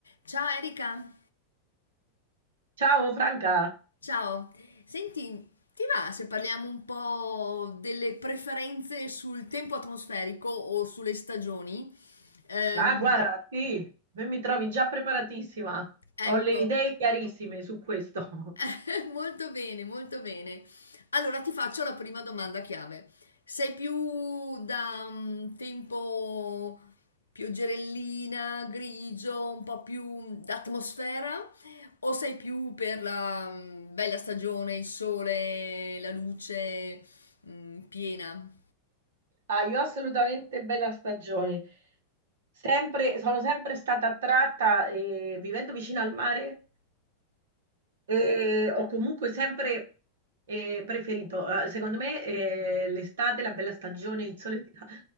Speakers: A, on the left; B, on the right.
A: Ciao Erika,
B: Ciao Franca,
A: ciao. Senti, ti va se parliamo un po' delle preferenze sul tempo atmosferico o sulle stagioni? Ehm,
B: ah guarda, sì, me mi trovi già preparatissima,
A: ecco,
B: ho le idee chiarissime su questo. <laughs>
A: <laughs> molto bene, molto bene. Allora ti faccio la prima domanda chiave. Sei più da mm, tempo pioggerellina, grigio, un po' più d'atmosfera o sei più per la mm, bella stagione, il sole, la luce mm, piena?
B: Ah, io assolutamente bella stagione, sempre, sono sempre stata attratta, eh, vivendo vicino al mare, E ho comunque sempre eh, preferito, eh, secondo me, eh, l'estate, la bella stagione, il sole ti dà